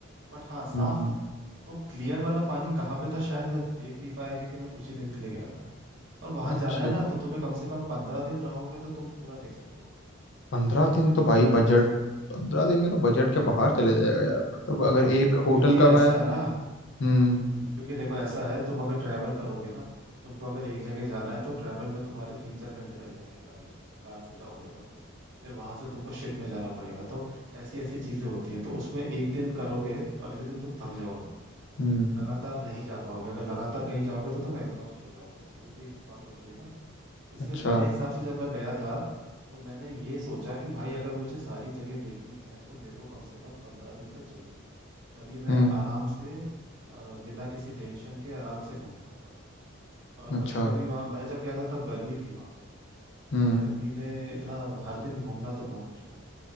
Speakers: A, on the right (about 65°); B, on the left (about 60°).
A: बट हाँ साफ
B: हम्म
A: था वो क्लियर वाला पानी कहाँ पे था शायद मैं देख नहीं पाया क्योंकि मैं कुछ ही दिन के लिए गया था और वहां
B: अच्छा
A: जाना है ना तो तुम्हें कम से कम पंद्रह दिन रहोगे तो तुम पूरा देख सकोगे
B: पंद्रह
A: छह दिन
B: दिन
A: में
B: तो
A: तुम
B: भाई
A: पूरा नहीं
B: बजट
A: देख सकते
B: पंद्रह दिन में तो बजट के बाहर चले जाएगा यार मतलब
A: हाँ
B: अगर एक
A: वो
B: होटल
A: क्योंकि
B: का मैं
A: ऐसा है ना
B: हम्म
A: हम्म, क्योंकि देखो ऐसा है तुम अगर ट्रैवल करोगे ना तुमको अगर एक जगह जाना है तो ट्रैवल में तुम्हारे तीन चार घंटे लग जाएंगे गाड़ी से कार से जाओगे अगर तो फिर वहां से तुमको शिप में जाना पड़ेगा तो ऐसी ऐसी चीजें होती हैं तो उसमें एक दिन करोगे तो अगले दिन तुम थक जाओगे
B: हम्म
A: लगातार नहीं जा पाओगे अगर लगातार कहीं जाओगे तो तुम एग्जॉस्ट हो जाओगे तो वो भी एक बात होती है ना इसलिए
B: अच्छा
A: मेरे हिसाब से जब मैं गया था तो मैंने ये सोचा कि भाई अगर मुझे सारी जगह देखनी है तो मेरे को कम से कम पंद्रह दिन तो चाहिए तभी मैं
B: हम्म
A: आराम से अ, बिना किसी टेंशन के आराम से घूम सकता हूँ और
B: अच्छा
A: कभी कभी वहाँ मैं जब गया था तब गर्मी थी वहाँ पे
B: हम्म
A: तो यार गर्मी में इतना हर दिन घूमना तो बहुत मुश्किल है